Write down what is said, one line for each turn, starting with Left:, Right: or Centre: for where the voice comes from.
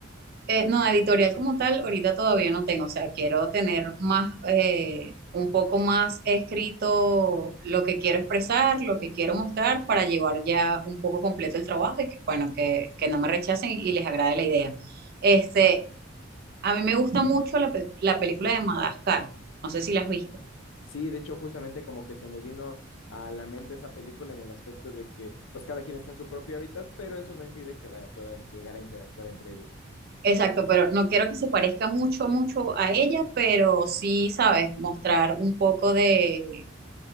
Right: Eh, no, editorial como tal, ahorita todavía no tengo, o sea, quiero tener más, eh, un poco más escrito lo que quiero expresar, lo que quiero mostrar para llevar ya un poco completo el trabajo y que, bueno, que, que no me rechacen y les agrade la idea. Este, a mí me gusta mucho la, pe- la película de Madagascar, no sé si la has visto.
Left: Sí, de hecho, justamente como que se me vino a la mente esa película en el aspecto de que pues cada quien está en su propio hábitat, pero eso no impide que vaya, puedan llegar a interactuar entre ellos.
Right: Exacto, pero no quiero que se parezca mucho, mucho a ella, pero sí, sabes, mostrar un poco de